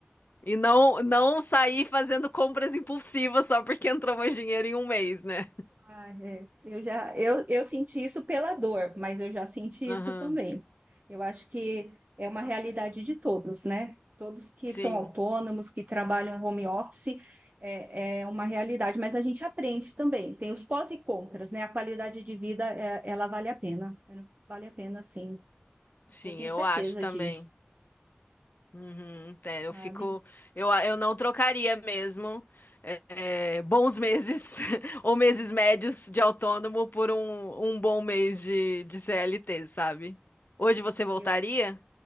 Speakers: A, on the left; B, on the right.
A: E não, não sair fazendo compras impulsivas só porque entrou mais dinheiro em um mês, né?
B: Ah, é. Eu já eu, eu senti isso pela dor, mas eu já senti
A: Aham.
B: isso também. Eu acho que é uma realidade de todos, né? Todos que
A: Sim,
B: são autônomos, que trabalham home office, é, é uma realidade, mas a gente aprende também. Tem os pós e contras, né? A qualidade de vida, é- ela vale a pena. Ela Vale a pena, sim.
A: sim,
B: Eu tenho
A: eu
B: certeza
A: acho também.
B: disso,
A: Uhum, é, eu
B: sabe?
A: fico. Eu, a- eu não trocaria mesmo é, é, bons meses <laughs> ou meses médios de autônomo por um, um bom mês de, de CLT, sabe? Hoje você voltaria?
B: Eu,